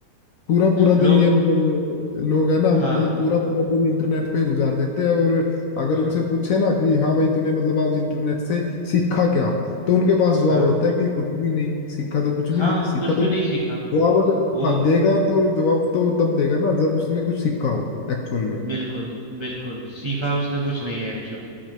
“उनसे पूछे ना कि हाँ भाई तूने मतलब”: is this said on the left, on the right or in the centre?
Left